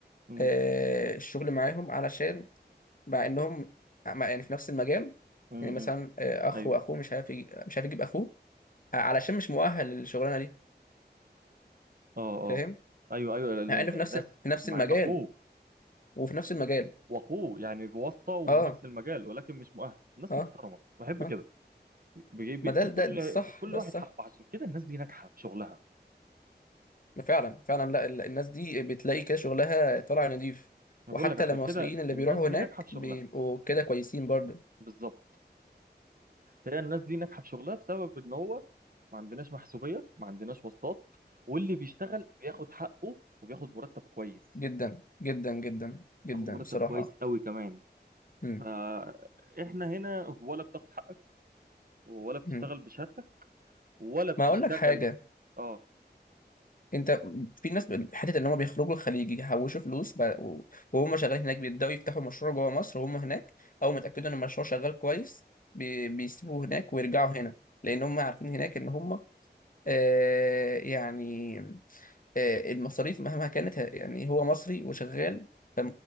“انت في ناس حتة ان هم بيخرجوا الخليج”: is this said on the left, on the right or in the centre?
Left